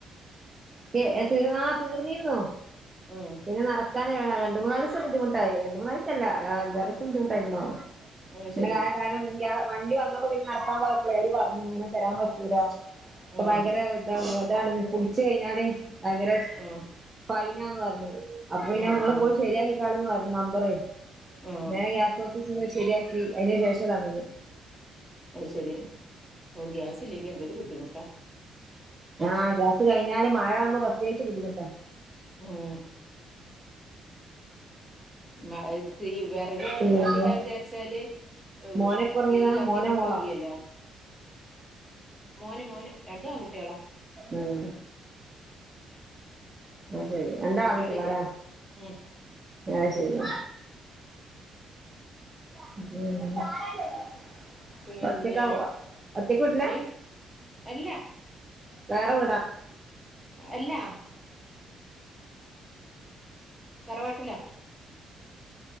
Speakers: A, on the right; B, in the centre.
A: കെ എ തീർന്നാ തീർന്നിരുന്നോ
B: ആഹ്
A: പിന്നെ നടക്കാന് രണ്ട് മൂന്നാലൂസം ബുദ്ധിമുട്ടായി. രണ്ട് മൂന്നാലീസല്ല. അഞ്ചാറീസം ബുദ്ധിമുട്ടായ്ട്ട്ണ്ടാകും.
B: ആ
A: പിന്നെ
B: ശരി
A: <unintelligible> വണ്ടി വന്നപ്പോ പിന്നെ നട്ക്കാൻ പോയപ്പ്ളേ അവര് പറഞ്ഞു ഇങ്ങനെ തെരാൻ പറ്റൂലാ ഇപ്പ
B: ആ
A: ബയ്ഗര ഇതാമ്പോ ഇതാണ് പുടിച്ച് കഴിഞ്ഞാല് ഭയ്ങ്കര
B: ആ
A: ഫൈനാന്ന് പറഞ്ഞു അപ്പൊ പിന്നെ
B: ആ
A: ഞങ്ങള്
B: ആ
A: പോയി ശരിയായി ക്കാളീന്ന് പർന്ന് നമ്പറേ
B: ആ
A: വേം ഗ്യാസ് ഓഫീസിൽ ശരിയാക്കി അയിന് ശേഷ തന്നത്.
B: അയ് ശരി ഓ ഗ്യാസ് ഇല്ലെങ്കി എന്തൊരു ബുദ്ധിമുട്ടാ
A: ആഹ് ഗ്യാസ് കഴിഞ്ഞാല് മഴ ആമ്പോ പ്രത്തേയ്ച്ചു ബുദ്ധിമുട്ടാ
B: ഉം മ അതീ വെറക്
A: പിന്നെ
B: കത്തിക്കാ വിചാരിച്ചാല് വ്വ്
A: മോനെപ്പ ഒറങ്ങിയതാ
B: തീ കത്തി
A: മോനോ
B: കിട്ടൂല്ലല്ലോ
A: മോളോ
B: മോന് മോന് രണ്ടും ആൺ കുട്ട്യാളാ.
A: ഉം അ ശരി രണ്ടാങ്കുട്ടികളാലേ
B: പെൺകുട്ടികളില്ല ഉം
A: ആഹ് ശരി <unintelligible>
B: പിന്നെ
A: ഒറ്റക്കാ പോവാ ഒറ്റക്ക് വീട്ട്ലാ
B: ഏ അല്ല
A: വേറെ വീടാ
B: അല്ല തറവാട്ട്ലാ